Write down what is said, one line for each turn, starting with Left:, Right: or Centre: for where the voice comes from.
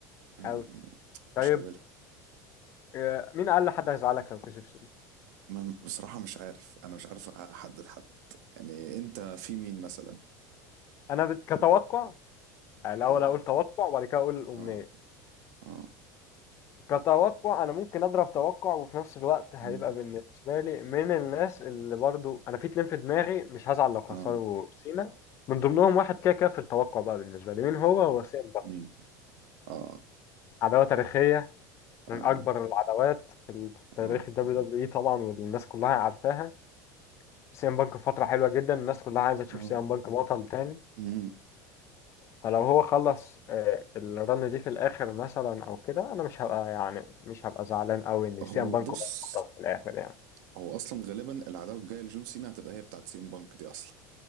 Right: أم-
Left: قوي طيب
Right: مش قابلها
Left: آه، مين اقل حد هيزعلك لو كسب سينا
Right: ما بصراحة مش عارف أنا مش عارف أحدد حد يعني أنت في مين مثلا
Left: انا بت- كتوقع يعني الاول
Right: آه
Left: اقول توقع وبعد كده اقول الامنيه
Right: آه آه
Left: كتوقع انا ممكن اضرب توقع وفي نفس الوقت هيبقى
Right: مم.
Left: بالنسبه لي من الناس اللي برضو انا في اتنين في دماغي مش هزعل لو خسروا
Right: آه
Left: سينا من ضمنهم واحد كده كده في التوقع بقى بالنسبه لي مين هو هو سيمبا
Right: مين آه
Left: عداوه تاريخيه من
Right: آه
Left: اكبر العداوات في ال- في تاريخ
Right: آه
Left: الدبليو دبليو اي طبعا والناس كلها عارفاها سي ام بانك في فتره حلوه جدا الناس كلها عايزه تشوف
Right: آه
Left: سي ام بانك بطل تاني
Right: مم.
Left: فلو هو خلص آه، الرن دي في الاخر مثلا او كده انا مش هبقى يعني مش هبقى زعلان قوي ان
Right: هو
Left: سي ام بانك
Right: بص
Left: هو البطل في الاخر يعني
Right: هو أصلا غالبا العداوة الجاية لجون سينا هتبقى هي بتاعت سي ام بانك دي أصلا